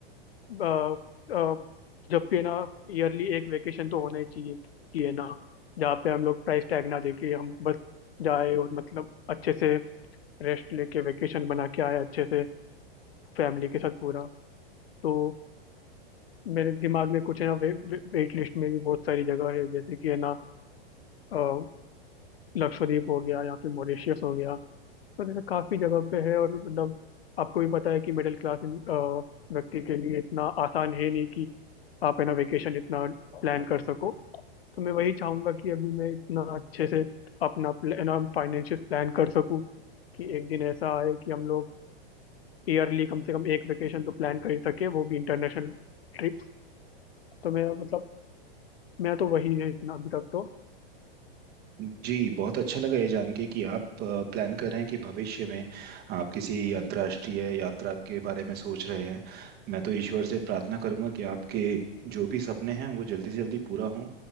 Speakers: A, on the left; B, on the right.
A: अ, अ, जब भी है ना ईयरली एक वेकेशन तो होना ही चाहिए कि है ना जहाँ पे हम लोग प्राइस टैग ना देके हम बस जाए और मतलब अच्छे से रेस्ट लेके वेकेशन बना के आए अच्छे से फैमिली के साथ पूरा तो मेरे दिमाग में कुछ है ना वे, वे, वेट लिस्ट में भी बहुत सारी जगह है जैसे कि है ना अ, लक्षद्वीप हो गया या फिर मॉरिशियस हो गया तो जैसे काफी जगह पे है और मतलब आपको भी पता है कि मिडिल क्लास व्यक्ति के लिए इतना आसान है नहीं कि आप है ना वेकेशन इतना प्लान कर सको तो मैं वही चाहूंगा कि अभी मैं इतना अच्छे से अपना प्ल- है ना फाइनेंशियल प्लान कर सकूं कि एक दिन ऐसा आए कि हम लोग ईयरली कम से कम एक वेकेशन तो प्लान कर ही सके वो भी इंटरनेशनल ट्रिप तो मैं मतलब मैं तो वही है इतना अभी तक तो
B: जी बहुत अच्छा लगा ये जान के कि आप प्लान कर रहे हैं कि भविष्य में आप किसी अंतर्राष्ट्रीय यात्रा के बारे में सोच रहे हैं मैं तो ईश्वर से प्रार्थना करूंगा कि आपके जो भी सपने हैं वो जल्दी से जल्दी पूरा हों